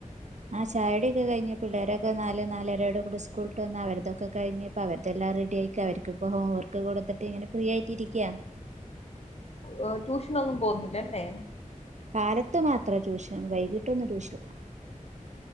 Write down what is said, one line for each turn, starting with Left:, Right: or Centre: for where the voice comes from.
Right: ആഹ് ചായകുടിയൊക്കെ കഴിഞ്ഞു പിള്ളേരൊക്കെ നാല് നാലരയോട് കൂടെ സ്കൂൾ വിട്ട് വന്ന് അവരതൊക്കെ കഴിഞ്ഞ്. അപ്പോ അവർതെല്ലാം റെഡി ആയിരിക്ക. അവർക്കിപ്പോ ഹോംവർക്ക് കൊടുത്തിട്ട് ഇങ്ങനെ ഫ്രീയായിട്ടിരിക്കാ.
Left: ഓഹ് ട്യൂഷനൊന്നും പോകുന്നില്ലല്ലേ?
Right: കാലത്ത് മാത്രം ട്യൂഷൻ. വൈകിട്ടൊന്നും ട്യൂഷനില്ല.